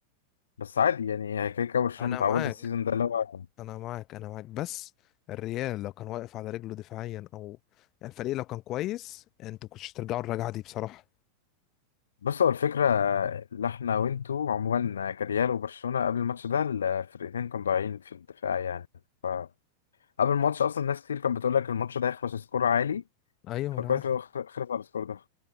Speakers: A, on the left (about 70°); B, on the left (about 35°).
A: بس عادي يعني هي كده كده برشلونة
B: انا
A: متعودة
B: معاك
A: السيزون ده اللي هو
B: انا معاك انا معاك بس الريال لو كان واقف على رجله دفاعيا او يعني الفريق لو كان كويس انتوا كنتش ترجعوا الرجعه دي بصراحه
A: بص هو الفكرة اللي احنا وانتوا عموما كريال وبرشلونة قبل الماتش ده الفرقتين كانوا ضايعين في الدفاع يعني فقبل الماتش أصلا ناس كتير كانت بتقول لك الماتش ده هيخلص سكور عالي
B: ايوه
A: فكويس
B: انا عارف
A: لو خ- خلص على السكور ده